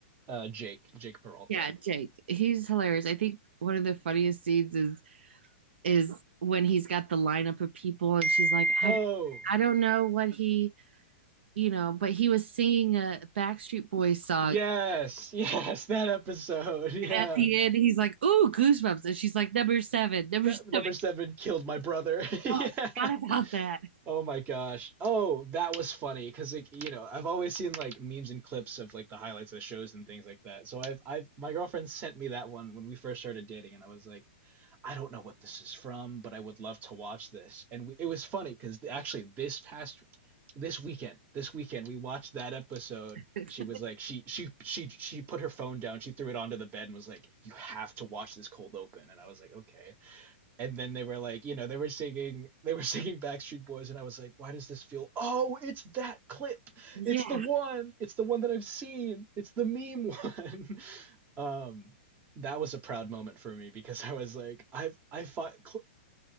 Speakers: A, on the right; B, on the right.
A: Uh, Jake, Jake Peralta.
B: Yeah, Jake. He's hilarious. I think one of the funniest scenes is is when he's got the lineup of people and she's like,
A: Oh,
B: I, I don't know what he, you know, but he was singing a Backstreet Boys song.
A: yes, <laughs> yes, that episode. <laughs> Yeah.
B: And at the end, he's like, Ooh, goosebumps. And she's like, Number seven, number
A: That number
B: seven.
A: seven killed my brother. <laughs> Yeah.
B: Oh, I forgot about that.
A: Oh my gosh. Oh, that was funny because like you know, I've always seen like memes and clips of like the highlights of the shows and things like that. So I've I've my girlfriend sent me that one when we first started dating and I was like, I don't know what this is from, but I would love to watch this. And we it was funny because actually this past this weekend, this weekend we watched that episode.
B: <laughs>
A: She was like she she she she put her phone down, she threw it onto the bed and was like, "You have to watch this cold open." And I was like, "Okay." and then they were like, you know, they were singing, they were <laughs> singing Backstreet Boys, and I was like, why does this feel? Oh, it's that clip.
B: yeah.
A: It's the one. It's the one that I've seen. It's the meme one. <laughs> Um, that was a proud moment for me because I was like, I've I fi- cl-